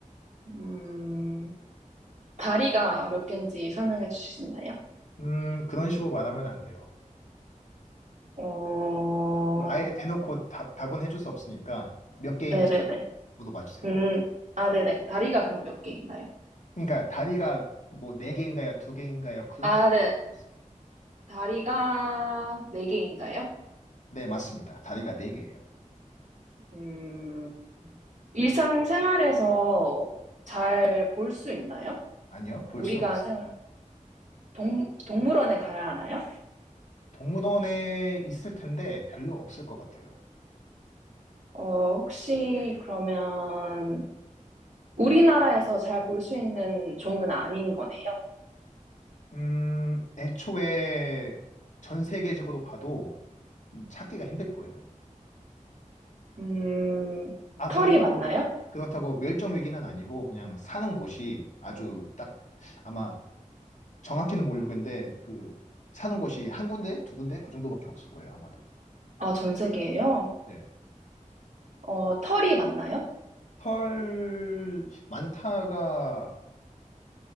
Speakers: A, on the right; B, on the left.
A: 음, 다리가 몇 개인지 설명해 주실 수 있나요?
B: 음, 그런 식으로 말하면 안 돼요.
A: 어,
B: 아예 대놓고 답, 답은 해줄 수 없으니까 몇 개인지
A: 네네네.
B: 물어봐주세요.
A: 음, 아, 네네. 다리가 그럼 몇 개인가요?
B: 그러니까 다리가 뭐 네 개인가요? 두 개인가요? 그런
A: 아,
B: 식으로
A: 네.
B: 물어봐주세요.
A: 다리가 네 개인가요?
B: 네, 맞습니다. 다리가 네 개예요.
A: 음, 일상생활에서 잘 볼 수 있나요?
B: 아니요, 볼
A: 우리가
B: 수 없어요.
A: 생활, 동, 동물원에 가야 하나요?
B: 동물원에 있을 텐데 별로 없을 것 같아요.
A: 어, 혹시 그러면 우리나라에서 잘 볼 수 있는 종은 아닌 거네요.
B: 음, 애초에 전 세계적으로 봐도 찾기가 힘들 거예요.
A: 음,
B: 아,
A: 털이
B: 그렇다고,
A: 맞나요?
B: 그렇다고 멸종 위기는 아니고 그냥 사는 곳이 아주 딱 아마 정확히는 모르겠는데 그 사는 곳이 한 군데, 두 군데 그 정도밖에 없을 거예요, 아마도.
A: 아, 전 세계에요?
B: 네.
A: 어, 털이 맞나요?
B: 털 많다가